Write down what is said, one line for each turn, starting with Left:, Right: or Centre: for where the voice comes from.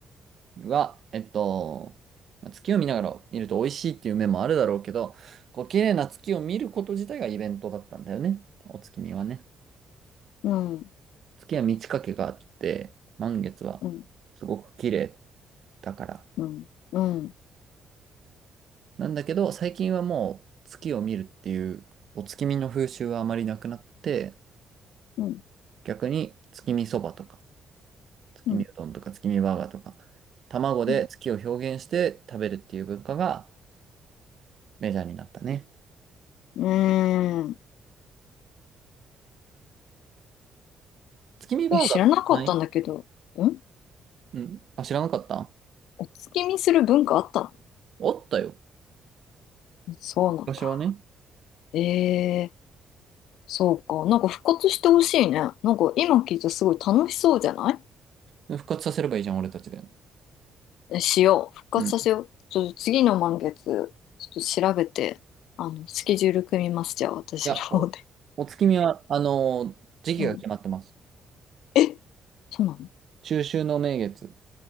Right: は、えっと、まあ月を見ながら見ると美味しいっていう面もあるだろうけど、こう、綺麗な月を見ること自体がイベントだったんだよね。お月見はね。
Left: うん、
Right: 月は満ち欠けがあって、満月はすごく綺麗
Left: うん、
Right: だから。
Left: うん、うん、
Right: なんだけど、最近はもう月を見るっていうお月見の風習はあまりなくなって、
Left: うん、
Right: 逆に月見そばとか、月見うどんとか月見バーガーとか、
Left: うん、
Right: 卵で月を表現して食べるっていう文化が
Left: うん。
Right: メジャーになったね。
Left: うーん
Right: 月見バーガーとかない
Left: え、知らなかったんだけど、ん
Right: うん。あ、知らなかった
Left: お月見する文化あった
Right: あったよ。
Left: のそうなんだ。
Right: 昔はね。
Left: えーそうか。なんか復活してほしいね。なんか今聞いたらすごい楽しそうじゃない
Right: 復活させればいいじゃん、俺たちで。
Left: えしよう。復活させよう。
Right: うん。い
Left: ちょっと次の満月、ちょっと調べて、あの、スケジュール組みます。じゃあ私の方で。
Right: や、お、お月見は、あのー時期が決まってます。
Left: <laughs> うん。え、そうなの
Right: 中秋の名月、